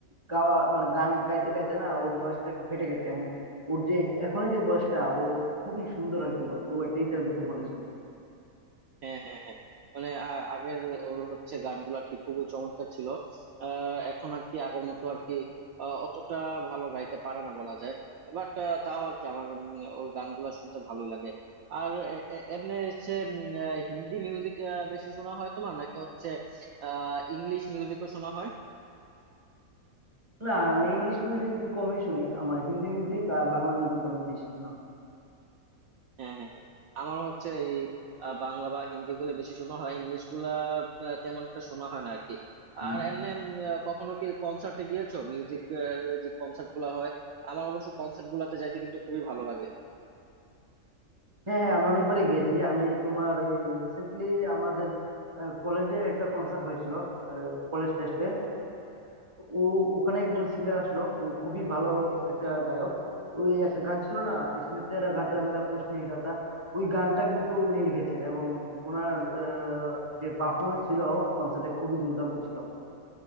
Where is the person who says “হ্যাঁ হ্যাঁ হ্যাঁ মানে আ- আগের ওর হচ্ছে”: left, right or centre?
Right